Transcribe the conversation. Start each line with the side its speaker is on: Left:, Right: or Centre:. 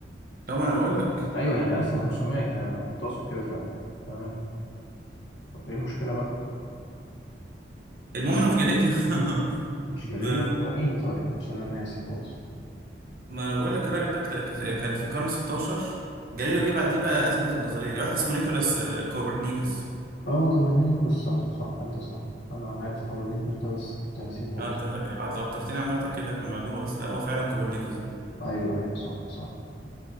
Right: طب ما انا بقول لك
Left: ايوه يعني 1500 انا كنت اقصد كده فعلا تمام ايه المشكلة بقى
Right: المهم انا مش جاليليو <laughs>
Left: مش جاليليو
Right: ده
Left: آه، مين طيب عشان انا ناسي خالص
Right: ما انا بقول لك الراجل ده كت- كت- كان في القرن 16 جاليليو جه بعديه بقى اثبت النظريه دي واحد اسمه نيكولاس آه، كوبرنيكوس
Left: اه كورنيكوس صح صح انت صح انا عارف كورنيكوس ده بس كنت ناسيه خالص
Right: اه انت لك- لو اضطرتني عمال اتاكد لك من المعلومه بس لا هو فعلا كوبرنيكوس ده
Left: ايوه ايوه صح صح